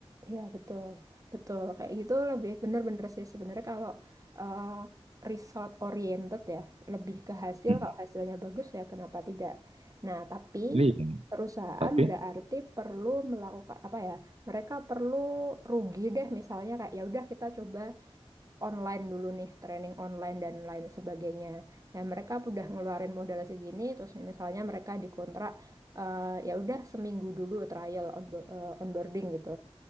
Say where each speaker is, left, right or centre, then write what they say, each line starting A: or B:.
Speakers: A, on the right; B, on the right.
A: Iya betul, betul kayak gitu lebih bener-bener sih sebenarnya kalau eh, result oriented ya lebih ke hasil
B: Mm.
A: kalau hasilnya bagus ya kenapa tidak. Nah tapi
B: Iya.
A: perusahaan
B: Tapi
A: berarti perlu melakukan apa ya? Mereka perlu rugi deh misalnya kayak ya udah kita coba online dulu nih training online dan lain sebagainya. Nah mereka udah ngeluarin modal segini terus misalnya mereka dikontrak eh, ya udah seminggu dulu trial onbo- eh, onboarding gitu.